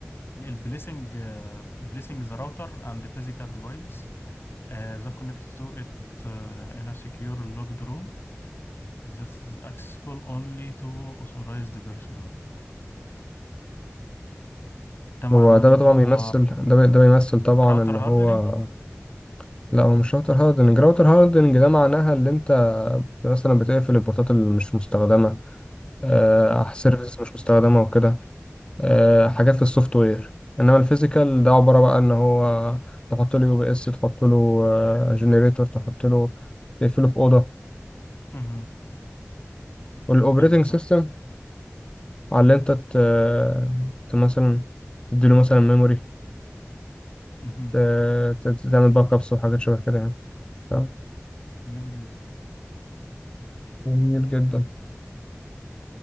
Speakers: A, on the left; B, on the left.
A: البليسنج البليسنج ذا راوتر اند فيزيكال ديفايسز Uh, that connected to it uh, in a secure locked room that is accessible only to authorized personnel ده معناه
B: هو ده
A: ان هو
B: طبعا بيمثل ده بي- ده بيمثل طبعا
A: راوتر
B: ان هو
A: هاردنينج
B: لا هو مش راوتر هاردنج راوتر هاردنج ده معناها اللي انت مثلا بتقفل البورتات اللي مش مستخدمة آه،
A: مهم.
B: سيرفيس مش مستخدمة وكده آه،
A: مهم.
B: حاجات في السوفت وير انما الفيزيكال ده عبارة بقى ان هو تحط له يو بي اس تحط له جنريتور تحط له تقفله في أوضة
A: مهم.
B: والاوبريتنج
A: ايوه صح
B: سيستم على اللي انت ت... ت- مثلا تديله مثلا ميموري
A: مهم.
B: ت... ت- تعمل باك ابس وحاجات شبه كده يعني تمام
A: جميل جدا
B: جميل جدا